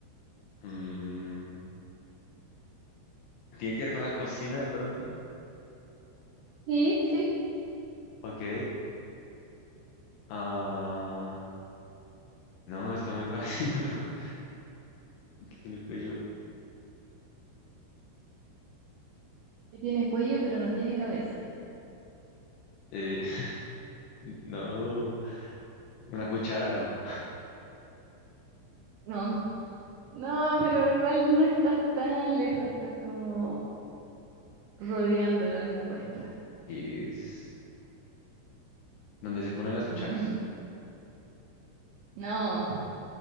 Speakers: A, on the left; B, on the right.
A: mm, ¿Tiene que ver con la cocina de pronto?
B: Sí, sí.
A: Ok. Ah, no, está muy fácil. <laughs> ¿no? ¿Qué tiene cuello?
B: que Tiene cuello, pero no tiene cabeza.
A: Eh, <laughs> no. Una cuchara no.
B: No, no, pero igual no estás tan lejos, estás como rodeando la respuesta.
A: ¿Qué es? ¿Dónde se ponen las cucharas?
B: Ujú. No,